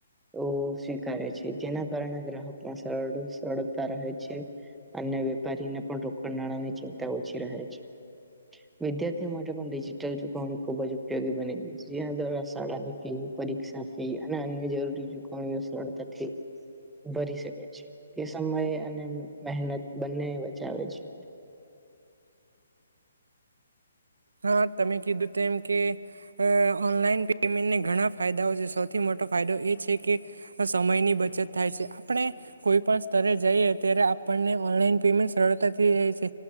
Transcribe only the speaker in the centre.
એવુ સ્વીકારે છે જેના કારણે ગ્રાહકમાં સરળ સરળતા રહે છે. અન્ય વેપારીને પણ રોકડ નાણાંની ચિંતા ઓછી રહે છે વિધ્યા થીઓ તે માટે પણ ડિજિટલ ચુકવણી ખુબ જ ઉપયોગી બની ગઈ છે જેના દ્વારા શાળાની ફી, પરીક્ષા ફી અન્ય જરૂરી ચૂકવણીઓ સરળતાથી ભરી શકે છે તે સમયે અને મહેનત બંને બચાવે છે.